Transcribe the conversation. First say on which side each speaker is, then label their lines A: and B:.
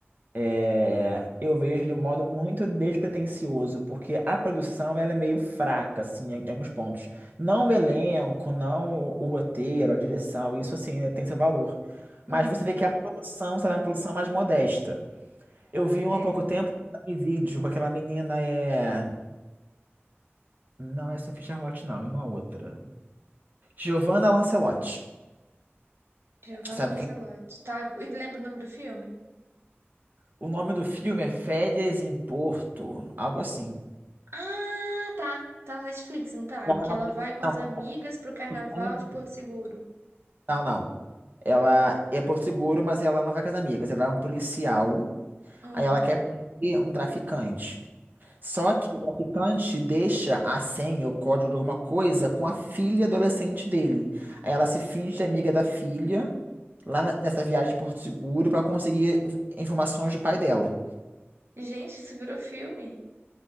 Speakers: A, on the right; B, on the right.
A: é, eu vejo de um modo muito despretensioso, porque a produção ela é meio fraca, assim, em em alguns pontos. Não o elenco, não o, o roteiro, a direção, isso assim, né, tem seu valor.
B: Hum,
A: Mas você vê que a produção, sabe, é uma produção mais modesta. Eu vi um
B: é.
A: há pouco tempo um vídeo com aquela menina, é... Não é Sophie Charlotte, não, é uma outra. Giovanna Lancelotti,
B: Giovanna
A: sabe
B: Lancelotti.
A: quem? é?
B: Tá, e lembra o nome do filme?
A: O nome do filme é Férias em Porto, algo assim.
B: Ah, tá. Tá na Netflix, não tá?
A: Ela
B: Que
A: é
B: ela vai com as
A: uma-
B: amigas pro carnaval
A: Não,
B: de Porto Seguro.
A: não, não. Ela é por seguro, mas ela não vai com as amigas. Ela é um policial.
B: Ah.
A: Aí ela quer prender um traficante. Só que o traficante deixa a senha, o código de alguma coisa, com a filha adolescente dele. Aí ela se finge de amiga da filha, lá na- nessa viagem de Porto Seguro, para conseguir informações do pai dela.
B: Gente, isso virou filme.